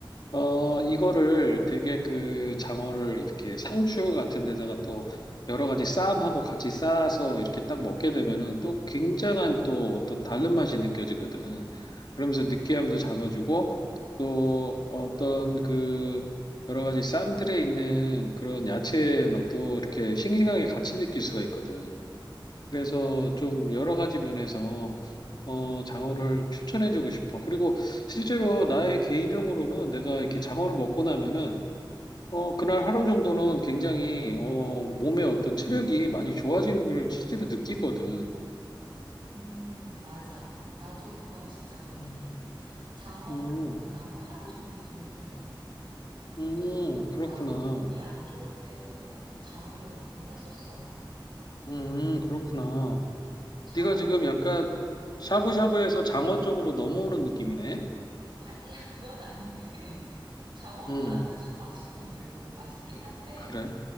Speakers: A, on the left; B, on the right.
A: 어, 이거를 되게 그 장어를 이렇게 상추 같은 데다가 또 여러 가지 쌈하고 같이 싸서 이렇게 딱 먹게 되면은 또 굉장한 또 어떤 다른 맛이 느껴지거든. 그러면서 느끼함도 잡아주고 또 어떤 그 여러 가지 쌈들에 있는 그런 야채 맛도 이렇게 싱싱하게 같이 느낄 수가 있거든. 그래서 좀 여러 가지 면에서 어, 장어를 추천해주고 싶어. 그리고 실제로 나의 개인적으로는 내가 이렇게 장어를 먹고 나면은 어, 그날 하루 정도는 굉장히 어, 몸의 어떤 체력이 많이 좋아지는 걸 실제로 느끼거든.
B: 음, 맞아. 나도 그건 진짜 동의해. 장어를
A: 음,
B: 먹고 나면 하루 종일 든든해.
A: 음,
B: 그래서
A: 그렇구나.
B: 나도 몸이 안 좋을 때는 꼭 장어를 먹곤 했었어.
A: 음, 그렇구나.
B: 창어로,
A: 네가 지금 약간
B: 음.
A: 샤브샤브에서 장어 쪽으로 넘어오는 느낌이네.
B: 아니야, 그건 아닌데. <laughs> 장어도
A: 음,
B: 나는 참 맛있거든. 맛있긴 한데,
A: 그래.